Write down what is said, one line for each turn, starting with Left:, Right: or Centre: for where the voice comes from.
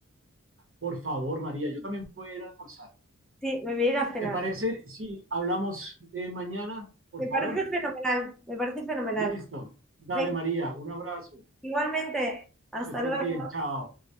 Right: Por favor, María, yo también voy a ir a almorzar.
Centre: Sí, me voy a ir a cenar.
Right: ¿Te parece si hablamos eh, mañana, por
Centre: Me
Right: favor?
Centre: parece fenomenal, me parece fenomenal.
Right: Listo. Dale,
Centre: Venga,
Right: María, un abrazo.
Centre: igualmente, hasta
Right: Que estés
Centre: luego.
Right: bien. Chao.